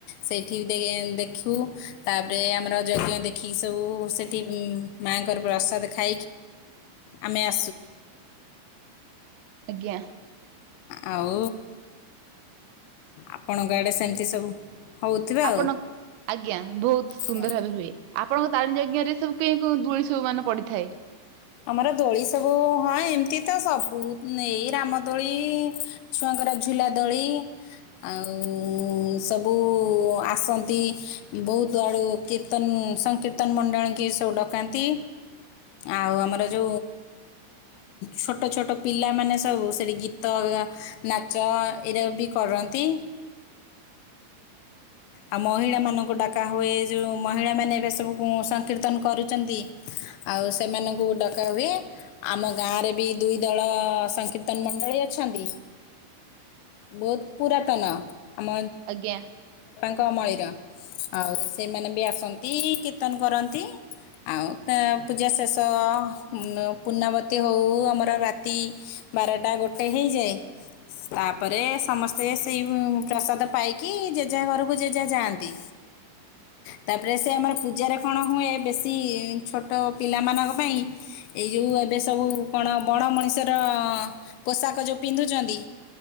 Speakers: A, on the left (about 80°); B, on the right (about 85°).
A: ସେଇଠି ଦେଖୁ ତାପରେ ଆମର ଅ ଯଜ୍ଞ ଦେଖିକି ସବୁ ସେଠି ମାଙ୍କ ା ଖ ଆମ ଆ
B: ଆଜ୍ଞା
A: ଆଉ ଆପଣଙ୍କ ଆଡ଼େ ସେମିତି ସବୁ ହଉଥିବ
B: ଆପଣ
A: ଆଉ
B: ଆଜ୍ଞା ବହୁତ ସୁନ୍ଦର
A: କୁହ।
B: ଭାବବେ ହୁଏ ଆପଣଙ୍କ ତାରିୀ ଯଜ୍ଞ ସବୁ କେ କ ଦୂଳି ସବୁ ମାନେ ପଡିଥାଏ
A: ଆମର ଦୋଳି ସବୁ ହଁ ଏମିତି ତ ସବୁ ଏଇ ରାମ ଦୋଳି ଛୁଆଙ୍କ ର ଝୁଲା ଦୋଳି ଆଉ ସବୁ ଆସନ୍ତି ବହୁତ ଆଡ଼ୁ କୀର୍ତ୍ତନ ସଂକୀର୍ତ୍ତନ ମଣ୍ଡଳୀ କି ସବୁ ଡକାନ୍ତି ଆଉ ଆମର ଯ ଛୋଟ ଛୋଟ ପିଲାମାନୋନ ସବୁ ସେଠ ଗୀତ ନାଚ ଏଇରା ବି କରନ୍ତି ଆଉ ମହିଳା ମାନଙ୍କୁ ଡାକା ହୁଏ ଯୋଉ ମହିଳା ମାନେ ଏବେ ସବୁ ସଂକୀର୍ତ୍ତନ କରୁଛନ୍ତି ଆଉ ସେମାନଙ୍କୁ ଡକାହୁଏ ଆମ ଗାଁ ରେ ବି ଦୁଇ ଦଳ ସଂକୀର୍ତ୍ତନ ମଣ୍ଡଳୀ ବ ପାତ ଆମ
B: ଆଜ୍ଞା
A: କମଳିର ଆଉ ସେମାନେ ବି ଆସନ୍ତି କୀର୍ତ୍ତନ କରନ୍ତି ଆଉ ପୂଜା ଶେଷ ଉ ପୂର୍ଣ୍ଣବତୀ ହଉ ଆମର ରାତି ବାରଟା ଗୋଟେ ହେଇଯାଏ ତାପରେ ସମସ୍ତେ ସେଇ ପ୍ରସାଦ ପାଇକି ଜେଜୋ ଘରକୁ ପୂଜ ଯା ଯାଆନ୍ତି ତାପରେ ସେ ଆମର ପୂଜାରେ କ'ଣ ହୁଏ ବେଶୀ ଛୋଟ ପିଲାମାନଙ୍କ ପାଇଁ ଏଇ ଯେଉଁ ଏବେ ସବୁ କଣ ବଣ ମଣିଷର ପୋଷାକ ଯୋଉ ପିନ୍ଧୁଛନ୍ତି